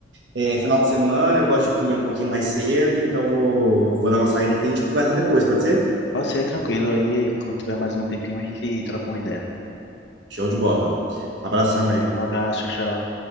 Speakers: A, on the right (about 65°); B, on the left (about 60°).
A: É final de semana, eu gosto de comer um pouquinho mais cedo, então eu vou, vou dar uma saída aqui e a gente conversa depois, pode ser?
B: Pode ser tranquilo aí, quando tiver mais um tempinho, a gente troca uma ideia.
A: Show de bola. Abração aí.
B: Um abraço, tchau, tchau.